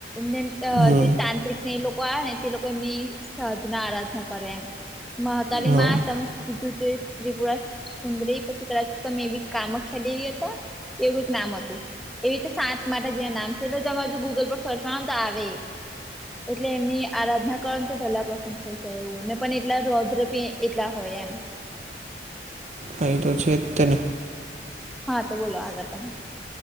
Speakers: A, in the centre; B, on the right.
A: ને અ
B: હમ
A: જે તાંત્રિક ને એ લોકો આવે ને તે લોકો એમની શધ ના આરાધના કરે એમ મહાકાલી
B: હા
A: માં તમે સીધું તો ત્રિપુરા સુંદરી પછી કદાચ મે બી કામખ્યા દેવી હતા? એવું કઈક નામ હતું એવી રીતે સાત માતાજીના નામ છે એટલે તમે જો ગૂગલ પર સર્ચ મારો ને તો આવે એટલે એમની આરાધના કર તો પહેલા પસંદ થઈ જાય એવું ને પણ એટલા રૌદ્ર પણ એટલા હોય એમ.
B: અહીં તો છે તેને.
A: હા તે બોલો આગળ તમે.